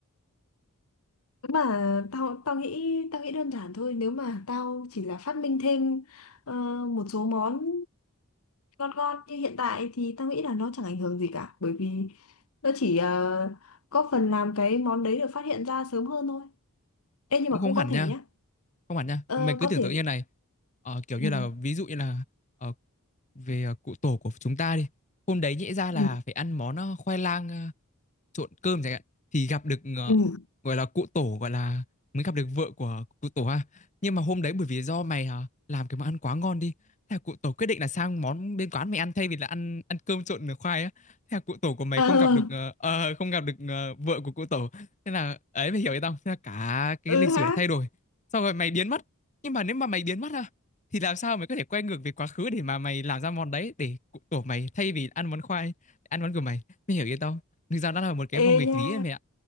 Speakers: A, on the left; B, on the left.
A: Nếu mà tao tao nghĩ tao nghĩ đơn giản thôi, nếu mà tao chỉ là phát minh thêm ờ, một số món ngon ngon như hiện tại thì tao nghĩ là nó chẳng ảnh hưởng gì cả, bởi vì nó chỉ ờ, có phần làm cái món đấy được phát hiện ra sớm hơn thôi. Ê nhưng
B: cũng
A: mà
B: không
A: cũng
B: hẳn
A: có thể
B: nha
A: nhá.
B: không hẳn nha
A: Ờ
B: mày cứ
A: có
B: tưởng
A: thể
B: tượng như này Ờ, kiểu
A: ừ
B: như là ví dụ như là ờ, về ờ, cụ tổ của chúng ta đi hôm đấy nhẽ ra
A: ừ
B: là phải ăn món ờ, khoai lang ờ, trộn cơm chẳng hạn thì gặp được ờ,
A: ừ.
B: gọi là cụ tổ gọi là mới gặp được vợ của cụ tổ ha nhưng mà hôm đấy bởi vì do mày ờ, làm cái món ăn quá ngon đi thế là cụ tổ quyết định là sang món bên quán mày ăn thay vì là ăn ăn cơm trộn khoai á thế là cụ tổ của mày
A: Ờ
B: không gặp được ờ, ờ, không gặp được ờ, vợ của cụ tổ thế là ấy mày hiểu ý tao không? thế là cả cái
A: ừ
B: lịch
A: ha.
B: sử đã thay đổi xong rồi mày biến mất nhưng mà nếu mà mày biến mất ha thì làm sao mày có thể quay ngược về quá khứ để mà mày làm ra món đấy để cụ tổ mày thay vì ăn món khoai ăn món của mày mày hiểu ý tao không? thực ra đã là một cái vòng
A: Ê
B: nghịch
A: nha.
B: lý em ạ